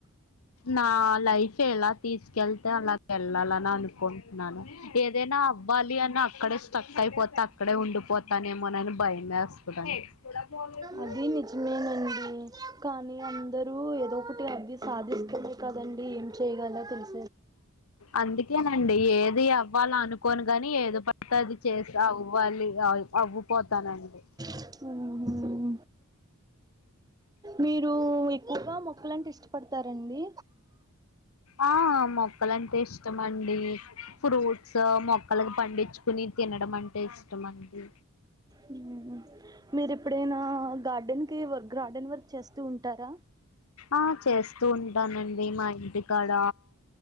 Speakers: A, on the left (about 75°); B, on the right (about 15°).
A: నా లైఫ్ ఎలా తీసుకెళ్తే అలా వెళ్ళాలని అనుకుంటున్నాను ఏదైనా అవ్వాలి అని అక్కడే స్టక్ అయిపోతే అక్కడే ఉండిపోతానేమోనని భయమేస్తదండి దానికెవలు చెప్పిర్రు
B: అది నిజమేనండి కానీ అందరు ఏదో ఒకటి అవి సాధిస్తనే కదండి చేయలేన్ తెలిస్
A: అందుకేనండి ఏది అవ్వాల అనుకోను గాని ఏది ప తది చేసి అవ్వాలి అవ్వుపోతానండి
B: ఆహ మీరు ఎక్కువగా మొక్కలంటే ఇష్టపడతారండి
A: ఆ మొక్కలంటే ఇష్టమండి ఫ్రూట్స్ మొక్కలకు పండించుకుని తినడం అంటే ఇష్టమండి
B: ఉ మీరు ఎప్పుడైనా గార్డెన్ కి వ గ్రార్డెన్ వర్క్ చేస్తూ ఉంటారా
A: ఆ చేస్తూ ఉంటానండి మా ఇంటికాడ